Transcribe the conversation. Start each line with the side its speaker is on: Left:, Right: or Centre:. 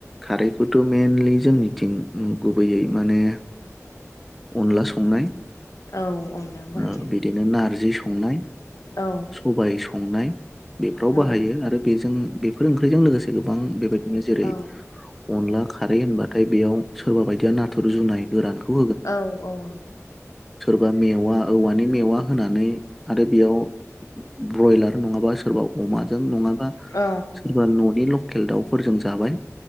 Centre: खारैय खौथ मइेनलि जोंनिथिं गुबैयै माने अनला संनाय
Left: औ अनलायाव बाहायो
Centre: ओह बिदिनो नारजि संनाय
Left: औ
Centre: सबाय संनाय बेफ्राव
Left: औ
Centre: बाहायो आरो बेजों बेफोर ओंख्रौजों लोगोसे गोबां बेबाय दिनो जेरै
Left: औ
Centre: अनला खारै होनबा नाथाय बेयाव सोरबा बायदिया नाथुर जुनाय गोरानखौ
Left: औ औ।
Centre: बा मेवा औवानि मेवा होनानै आरो बेयाव ब्रयलार नङाबा सोरबा अमाजों नङा बा
Left: औ
Centre: सोरबा न नि ल खेल दाउफोरजों जाबाय।